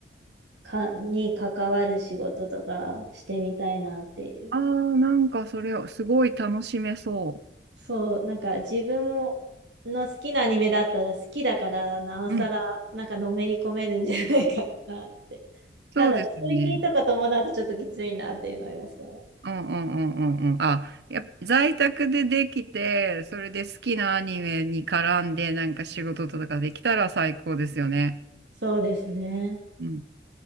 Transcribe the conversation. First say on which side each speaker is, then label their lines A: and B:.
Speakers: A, on the right; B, on the right.
A: か、に関わる仕事とかしてみたいなっていう。
B: ああー、なんかそれをすごい楽しめそ
A: そう、なんか自分もの好きなアニメだったら好きだからなおさらなんかのめり込めるんじゃないかなって。
B: う。うん。そうですよね。
A: ただ通勤とか伴うとちょっときついなっていうのはありますけどね。
B: うんうんうんうんうん。あ、やっぱ在宅でできて、それで好きなアニメに絡んで、なんか仕事とかできたら最高ですよね。
A: そうですね。
B: うん。